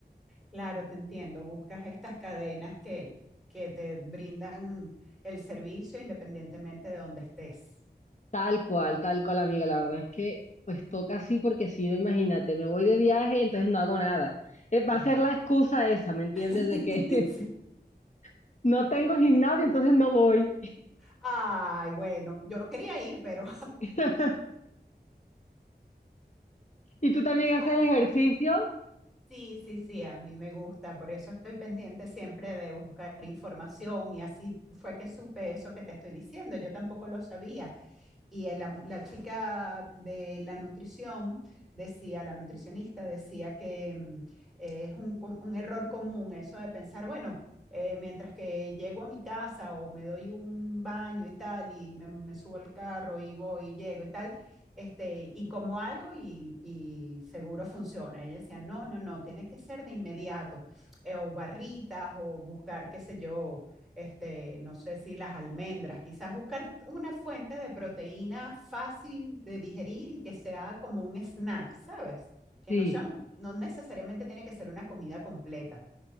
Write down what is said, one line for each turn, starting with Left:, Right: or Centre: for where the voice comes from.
Centre: Claro, te entiendo, buscas estas cadenas que, que te brindan el servicio independientemente de donde estés.
Left: Tal cual, tal cual, amiga. La verdad es que pues toca así porque si no, imagínate, me voy de viaje y entonces no hago nada. Eh, va
Centre: No.
Left: a ser la excusa esa, ¿me entiendes?
Centre: <laughs>
Left: De que
Centre: Sí.
Left: <laughs> no tengo gimnasio, entonces no voy.
Centre: Ay, bueno, yo quería ir, pero...
Left: <laughs> ¿Y tú también
Centre: <laughs>
Left: haces ejercicio?
Centre: Sí, sí, sí, a mí me gusta, por eso estoy pendiente siempre de buscar información y así fue que supe eso que te estoy diciendo, yo tampoco lo sabía. Y el am- la, chica de la nutrición decía, la nutricionista decía que mm, eh, es un, co- un error común eso de pensar, bueno, eh, mientras que llego a mi casa o me doy un baño y tal, y me, me subo al carro y voy y llego y tal este, y como algo y, y seguro funciona. Ella decía, no, no, no, tiene que ser de inmediato, eh, o barritas, o buscar, qué sé yo, este, no sé si las almendras, quizás buscar una fuente de proteína fácil de digerir y que sea como un snack, ¿sabes? Que
Left: Sí.
Centre: no sea, no necesariamente tiene que ser una comida completa.